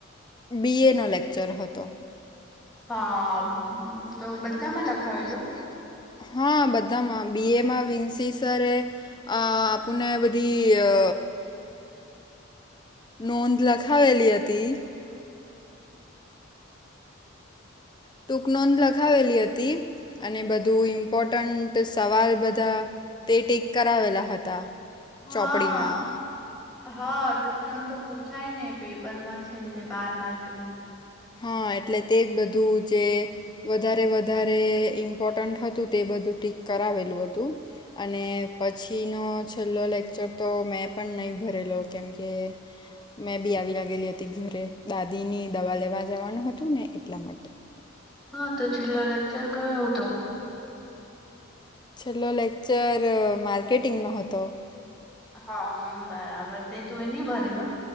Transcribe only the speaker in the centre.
હા <unintelligible>
લખાવેલું
હા હા ટૂંકનોધ તો પૂછાય ને પેપરમાં છેલ્લે બાર માર્ક ની
હા તો છેલ્લો લેકચર કયો ઉતો.
હા ઓમ બરાબર તે તું એ ની ભરેલો.